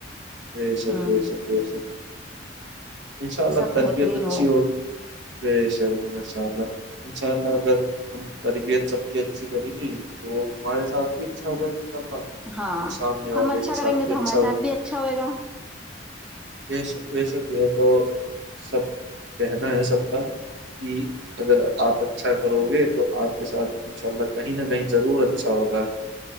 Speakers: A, on the right (about 70°); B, in the centre.
A: بے شر
B: ہوں
A: بے شرےر ان شاء اللہ
B: سب
A: تربیت
B: بہترین
A: اچھی
B: ہو
A: ہوگی ب شر ماشاء اللہ انشاءاللہ اگر ہم تربیت سب کی اچھی کرے گی تو ہمارے ساتھ بھی اچھا ہوگا شاء اللہ
B: ہاں
A: سامنے والے
B: ہم اچھا
A: کے ساتھ
B: کریں گے
A: بھی
B: تو
A: اچھا
B: ہمارے
A: ہو
B: ساتھ بھی اچھا ہوئے گا
A: بے شک بے شک یہ تو سب کہنا ہے سب کا ج اگر آپ <unintelligible> اچھا کرو گے تو آپ کے ساتھ ان شاء اللہ کہیں نہ کہیں ضرور اچھا ہوگا